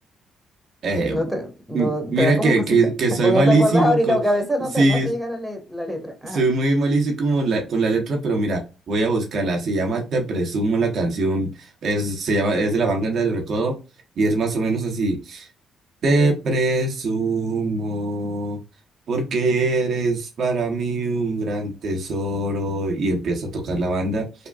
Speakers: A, on the right; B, in the centre.
A: Eh,
B: No te, no
A: m- mira
B: te da como
A: que,
B: cosita.
A: que, que
B: <laughs>
A: soy
B: O
A: malísimo.
B: no te acuerdas ahorita,
A: co-
B: porque a veces no
A: Sí,
B: te, no te llega la, le- la letra. Ajá.
A: Soy muy malísimo como la- con la letra, pero mira, voy a buscarla. Se llama Te Presumo la canción. Es, se llama, es de la Banda del Recodo y es más o menos así. Te presumo porque eres para mí un gran tesoro y empieza a tocar la banda